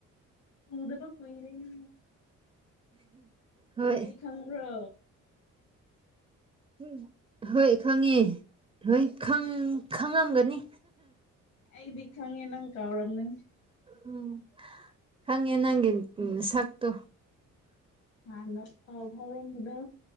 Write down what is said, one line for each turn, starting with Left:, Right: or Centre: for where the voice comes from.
Left: ꯎꯗꯕ ꯀꯨꯏꯔꯦꯅꯦ꯫
Right: ꯍꯣꯏ꯫
Left: ꯑꯩ ꯈꯪꯕ꯭ꯔꯣ꯫
Right: ꯎꯝ ꯍꯣꯏ ꯈꯪꯉꯦ ꯍꯣꯏ ꯈꯪ ꯈꯪꯉꯝꯒꯅꯤ꯫
Left: ꯑꯩꯗꯤ ꯈꯪꯉꯦ ꯅꯪ ꯀꯥꯎꯔꯝꯒꯅꯤ꯫
Right: ꯎꯝ ꯈꯪꯉꯦ ꯅꯪꯒꯤ ꯁꯛꯇꯨ꯫
Left: ꯍꯥꯟꯅ ꯄꯧ ꯐꯧꯔꯝꯕꯗꯨ